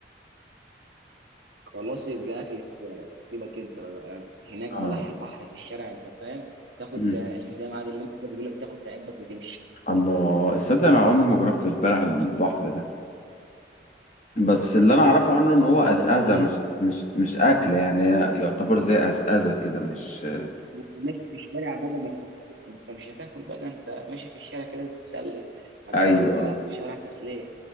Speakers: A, on the right (about 80°); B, on the left (about 40°).
A: خلاص يبقى أكل الشارع سيبك أنت بقى هناك
B: اه
A: بلح البحر في الشارع أنت فاهم تاخد
B: مم.
A: زي زي ما عادل إمام كده بيقول لك تاخد في عبك وتمشي
B: الله الصدق انا عمري ما جربت البلع على البحر ده بس اللي انا اعرفه عنه ان هو
A: لا
B: اسئزه
A: ده لذيذ
B: مش مش مش اكل يعني هي يعتبر زي اسئزه كده مش
A: ما انت ماشي في الشارع بقى مش هت- انت مش هتاكل بقى انت ماشي في الشارع كده تتسلى انا بكلمك
B: ايوه اه
A: على اكل شوارع تسليه